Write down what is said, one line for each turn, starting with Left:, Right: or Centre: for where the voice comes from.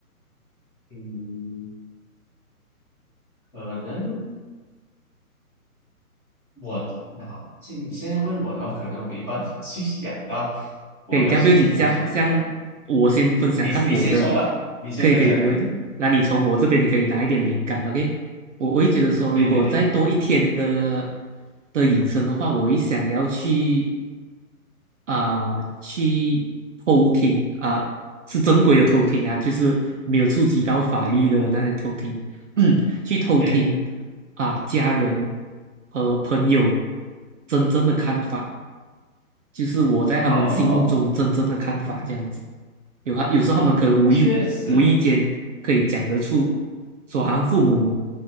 Centre: 嗯，可能我好，现你现在问我的话，可能我没办法 <laughs> 去想到我要去做什么。
Right: 可以，这样不要紧，像像我先分享看我的，
Centre: 你你先说吧，你先分享。
Right: 可以可以，没问题。
Centre: 对
Right: 那你从我这边你可以拿一点灵感，OK？我我会觉得说，
Centre: 对对对
Right: 如果再多一天的的隐身的话，我会想要去。啊、去偷听啊、是正规的偷听啊，就是没有触及到法律的那些偷听，
Centre: 嗯哼，
Right: <clears throat> 去偷听
Centre: 对，
Right: 啊、家人和朋友真正的看法。就是我在他们心目中真正的看法这样子。
Centre: 哦，
Right: 有他有时候他们可能无意无意间可以讲得出，
Centre: 确实，
Right: 说好像父母